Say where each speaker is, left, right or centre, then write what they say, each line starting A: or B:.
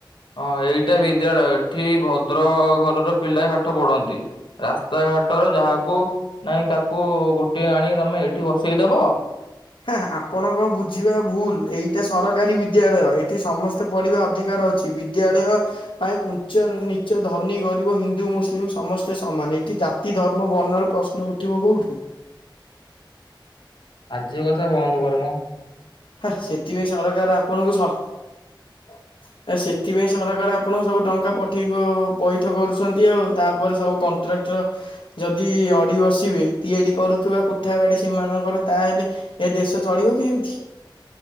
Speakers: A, on the left (about 70°); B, on the left (about 85°).
A: ହଁ ଏଇଟା ବିଦ୍ୟାଳୟ ଏଠି ଭଦ୍ର ଘରର ପିଲା ପାଠ ପଢନ୍ତି ରାସ୍ତାଘାଟର ଯାହାକୁ ନାଇଁ ତାକୁ ଗୋଟେଇ ଆଣି ତମେ ଏଠି ବସେଇଦବ।
B: ହେଁ ହେଁ ଆପଣ କ ବୁଝିବା ଭୁଲ ଏଇଟା ସରକାରୀ ବିଦ୍ୟାଳୟ ଏଠି ସମସ୍ତେ ପଢିବା ଅଧିକାର ଅଛି ବିଦ୍ୟାଳୟ ପାଇଁ ଉଞ୍ଚ ନିଚ ଧନୀ ଗରିବ ହିନ୍ଦୁ ମୁସଲିମ ସମସ୍ତେ ସମାନ ଏଠି ଜାତି ଧର୍ମ ବର୍ଣ୍ଣର ପ୍ରଶ୍ନ ଉଠିବ କୋଉଠୁ।
A: ବାଯ୍ୟ କଥା ବନ୍ଦ କରମ।
B: ହା ସେଥିପାଇଁ ସରକାର ଆପଣଙ୍କୁ ସ ସେଥିପାଇଁ ସରକାର ଆପଣ ସବୁ ଟଙ୍କା ପଠେଇକି ପଇଠ କରୁଛନ୍ତି ଆଉ ତାପରେ ସବୁ କଣ୍ଟ୍ରାକ୍ଟର ଯଦି ଅଡ଼ି ବସିବେ ତିଆରି କରୁଥିବା କୋଠା ବାଡ଼ି ସେମାନଙ୍କର ତାହେଲେ ଏ ଦେଶ ଚଳିବ କେମତି?